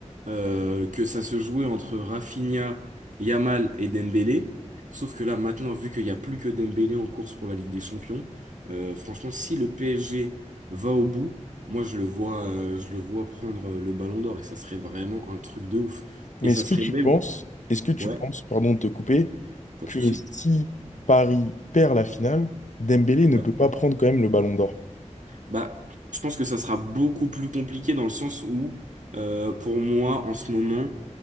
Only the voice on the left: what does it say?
Mais
est-ce
que tu
penses, est-ce que tu
penses, pardon de te couper,
que
si Paris perd la finale, Dembélé
ne peut pas prendre quand même le Ballon d'Or?